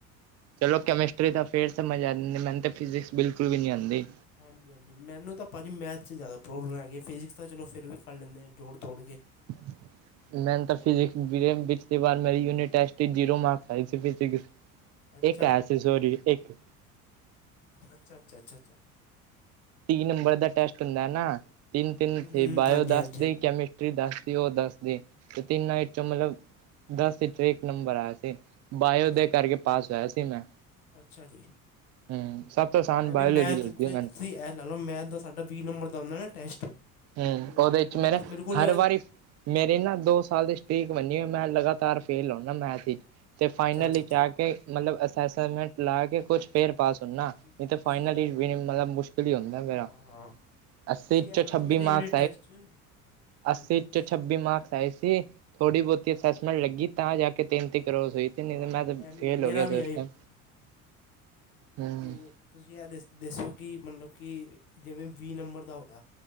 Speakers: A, on the right (about 35°); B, on the left (about 75°).
A: ਚਲੋ ਕੈਮਿਸਟਰੀ ਤਾਂ ਫੇਰ ਸਮਝ ਆਂਦੀ ਮੈਨੂੰ ਤੇ ਫਿਜ਼ਿਕਸ ਬਿਲਕੁਲ ਵੀ ਨਹੀਂ ਆਂਦੀ।
B: ਹਾਂਜੀ ਹਾਂਜੀ ਮੈਨੂੰ ਤਾਂ ਭਾਜੀ ਮੈਥ 'ਚ ਜ਼ਿਆਦਾ ਪ੍ਰੋਬਲਮ ਹੈਗੀ ਹੈ ਫਿਜ਼ਿਕਸ ਤਾਂ ਚਲੋ ਫਿਰ ਵੀ ਕਰ ਲੈਂਦੇ ਹਾਂ ਜੋੜ ਤੋੜ ਕੇ।
A: <inaudible> <inaudible> ਮੈਨ ਤਾਂ
B: ਮੈਂ
A: ਫਿਜੀਕਸ ਪਿਛਲੀ ਵਾਰ ਮੇਰੀ ਯੂਨਿਟ ਟੈਸਟ ਇਚ ਜੀਰੋ ਮਾਰਕਸ ਆਏ ਸੀ ਫਿਜੀਕਸ।
B: ਅੱਛਾ
A: ਇੱਕ ਹੈ ਸੀ ਸੋਰੀ ਇੱਕ
B: ਅੱਛਾ, ਅੱਛਾ, ਅੱਛਾ, ਅੱਛਾ।
A: ਤੀਹ ਨੰਬਰ ਦਾ ਟੈਸਟ ਹੁੰਦਾ ਨਾ। ਤਿੰਨ ਤਿੰਨ
B: ਹੂੰ ਹੂੰ
A: ਸੀ ਬਾਇਓ
B: ਹਾਂਜੀ
A: ਦੱਸ
B: ਹਾਂਜੀ
A: ਦੇ,
B: ਹਾਂਜੀ
A: ਕੇਮਿਸਟਰੀ ਦੱਸ ਦੇ, ਉਹ ਦੱਸ ਦੇ। ਤੇ ਤਿੰਨਾ
B: ਹਾਂ ਹਾਂ
A: ਇਚੋ ਮਤਲਬ। ਦਸ ਇਚੋ ਇੱਕ ਨੰਬਰ ਆਇਆ ਸੀ ਬਾਇਓ
B: ਦੱਸੋ
A: ਦੇ ਕਰਕੇ ਪਾਸ ਹੋਇਆ ਸੀ ਮੈਂ।
B: ਅੱਛਾ ਜੀ!
A: ਹਮ ਸਭ ਤੋਂ ਆਸਾਨ
B: ਮੈਂ
A: ਬਾਇਓਲੋਜੀ
B: ਵੀ ਮੈਂਥ
A: ਲੱਗਦੀ
B: ਤੇ
A: ਮੈਨੂੰ
B: ਥਰੀ ਅ ਲਾ ਲਓ ਮੈਥ ਦਾ ਸਾਡਾ ਵੀਹ ਨੰਬਰ ਦਾ ਹੁੰਦਾ ਨਾ ਟੈਸਟ।
A: ਹੁ
B: ਅਤੇ
A: ਉਹਦੇ ਚ ਮੇਰੇ
B: ਬਸ ਬਿਲਕੁਲ
A: ਹਰ ਵਾਰੀ ਮੇਰੇ ਨਾ ਦੋ ਸਾਲ ਦੇ ਸਟੀਕ ਮੰੰਨੀ ਆ ਮੈਂ ਲਗਾਤਾਰ ਫੇਲ ਹੋਗਾ ਮੈਥ ਇਚ ਤੇ ਫਾਈਨਲ
B: ਅੱਛਾ ਅੱਛਾ
A: ਇਚ
B: ਅੱਛਾ
A: ਆ ਕੇ ਮਤਲਬ ਅਸੈਂਸਮੈਂਟ ਲਾ ਕੇ ਕੁਛ ਫੇਰ ਪਾਸ ਹੁਨਾ।
B: ਹੂੰ
A: ਨਹੀਂ ਤੇ
B: ਤੁਸੀਂ
A: ਫਾਈਨਲ
B: ਇਹ
A: ਇਚ
B: ਹਾਂ
A: ਮਲਬ ਮੁਸ਼ਕਿਲ ਹੀ ਹੁੰਦਾ ਮੇਰਾ
B: ਹਾਂ ਹਾਂ
A: ਅੱਸੀ
B: ਤੁਸੀਂ
A: ਚੋ
B: ਇਹ ਲਾ ਲਓ ਮੇਰੇ ਯੂਨਿਟ
A: ਮਾਰਕ
B: ਟੈਸਟ 'ਚ
A: ਅੱਸੀ
B: ਹਾਂਜੀ
A: ਤੋਂ ਛੱੀ <inaudible> <unintelligible> ਵੀ ਮਾਰਕਸ ਆਏ ਸੀ ਥੋੜੀ ਬਹੁਤੀ ਅਸੈਸਮੈਂਟ ਲੱਗੀ ਤਾਂ ਜਾ ਕੇ ਤੇਂਨਤੀ ਕਰੋਸ ਹੋਏ। ਇਨੀ
B: ਹਾਂ
A: ਗਲਾਂ ਤੋ
B: ਇਹ ਮੇਰਾ
A: ਫੇਲ ਹੋ ਗਿਆ
B: ਵੀ
A: ਸੀ ਉਸ ਟਾਈਮ। ਹੂੰ,
B: ਤੇ ਤੁਸੀਂ ਇਹ ਦ ਦੱਸੋ ਕਿ ਮਲਬ ਕਿ ਜਿਵੇਂ ਵੀਹ ਨੰਬਰ ਦਾ ਹੋਇਆ